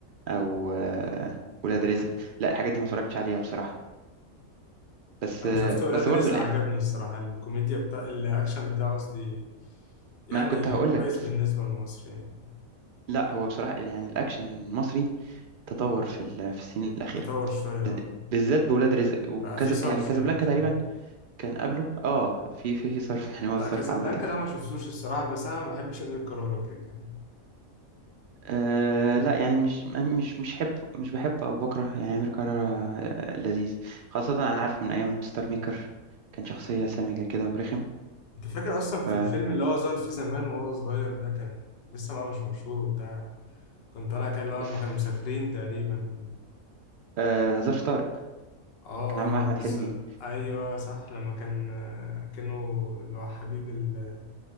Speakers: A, on the right; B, on the left.
A: او آه ولاد رزق لا الحاجات دي ما اتفرجتش عليها بصراحه بس
B: انا
A: آه
B: شفت ولاد
A: بس برضه
B: رزق
A: لا
B: عجبني الصراحه الكوميديا بتاع الاكشن بتاعه قصدي يعني
A: ما انا كنت هقول
B: كويس
A: لك
B: بالنسبه لمصر يعني
A: لا هو بصراحة يعني الأكشن المصري تطور في ال- في السنين الأخيرة
B: تطور شويه
A: بالذات بولاد رزق وكذا
B: بقى في صرف
A: يعني كازابلانكا
B: يعني فاهم
A: تقريبا كان قبله اه في في صرف يعني هو
B: لا
A: الصرف
B: كازابلانكا
A: عامة
B: ده ما شفتوش الصراحه بس انا ما بحبش امير كرارة كده كان
A: آه لا يعني مش مش مش حب مش بحب او بكره يعني امير كرارة آه، لذيذ خاصة انا عارفه من ايام ستار ميكر كان شخصية سامجة كده ورخم
B: انت فاكر اصلا في
A: ف
B: الفيلم اللي هو ظهر فيه زمان وهو صغير ده كان لسه بقى مش مشهور وبتاع كان طالع كده اللي هو
A: ف-
B: لما كانوا مسافرين تقريبا
A: آه ظرف طارق
B: اه
A: كان عامل مع احمد
B: اه بس
A: حلمي
B: ايوه صح لما كان آه، كانه اللي هو حبيب ال...